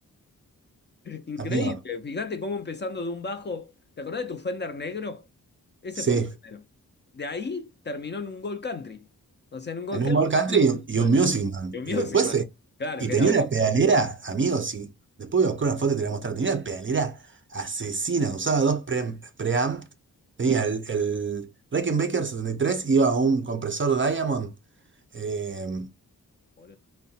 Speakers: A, on the left; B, on the right.
A: Increíble.
B: amigo,
A: Fíjate cómo empezando de un bajo. ¿Te acordás de tu Fender negro? Ese
B: sí,
A: fue el primero. De ahí terminó en un Gold Country. O sea, en un Gold
B: en
A: Country.
B: un Gold Country
A: un Music
B: y
A: Man.
B: un Music Man,
A: Un Music
B: y después,
A: Man.
B: eh,
A: Claro,
B: y
A: que
B: tenía
A: era
B: una pedalera, amigo, sí, después voy a buscar una foto y te la voy a mostrar, tenía una pedalera asesina, usaba dos pre- preamp, tenía el, el Rickenbacker 73 iba a un compresor Diamond, eh,
A: Boludo.